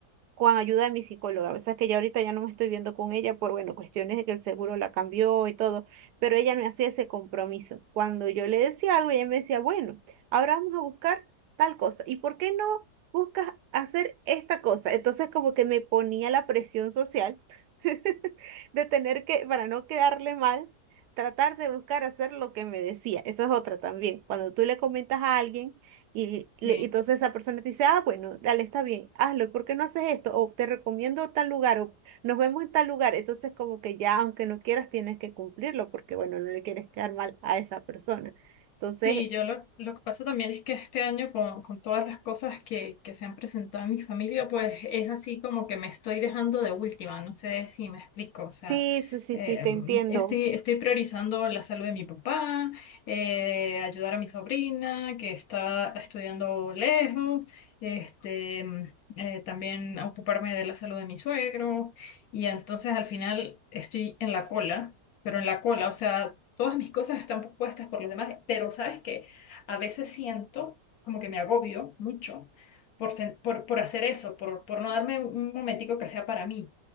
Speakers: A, on the right; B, on the left.
A: con ayuda de mi psicóloga. A veces que ya ahorita ya no me estoy viendo con ella por, bueno, cuestiones de que el seguro la cambió y todo, pero ella me hacía ese compromiso. Cuando yo le decía algo, ella me decía, bueno, ahora vamos a buscar tal cosa. ¿Y por qué no buscas hacer esta cosa? Entonces como que me ponía la presión social <laughs> de tener que, para no quedarle mal, tratar de buscar hacer lo que me decía. Eso es otra también. Cuando tú le comentas a alguien y, le-
B: Sí.
A: y entonces esa persona te dice, ah, bueno, dale, está bien, hazlo, ¿por qué no haces esto? O te recomiendo tal lugar, o nos vemos en tal lugar. Entonces como que ya, aunque no quieras, tienes que cumplirlo, porque bueno, no le quieres quedar mal a esa persona. Entonces,
B: Sí, yo lo, lo que pasa también es que este año con, con todas las cosas que, que se han presentado en mi familia, pues es así como que me estoy dejando de última, no sé si me explico, o sea,
A: sí, sí, sí,
B: eh,
A: sí, te entiendo.
B: estoy, estoy priorizando la salud de mi papá, eh, ayudar a mi sobrina que está estudiando lejos, este, eh, también ocuparme de la salud de mi suegro y entonces al final estoy en la cola, pero en la cola, o sea todas mis cosas están puestas por los demás, pero sabes que a veces siento como que me agobio mucho por, sen- por, por hacer eso, por, por no darme un momentico que sea para mí.